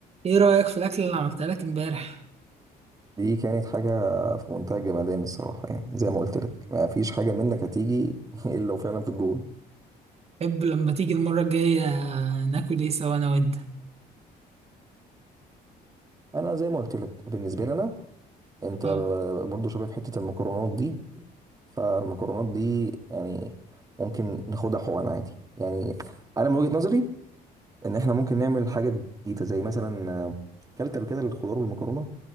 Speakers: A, on the right; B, on the right.
A: ايه رأيك في الأكلة اللي عملتها لك امبارح؟
B: دي كانت حاجة في منتهى الجمدان الصراحة يعني زي ما قلت لك ما فيش حاجة منك هتيجي <laughs> إلا لو فعلا في الجول
A: حب لما تيجي المرة الجاية ناكل ايه سوا أنا وأنت؟
B: أنا زي ما قلت لك بالنسبة لي أنا أنت
A: اه
B: برضو شباب حتة المكرونات دي فالمكرونات دي يعني ممكن ناخدها حقن عادي يعني أنا من وجهة نظري إن إحنا ممكن نعمل حاجة جديدة زي مثلا آه، كلت قبل كده الخضار والمكرونة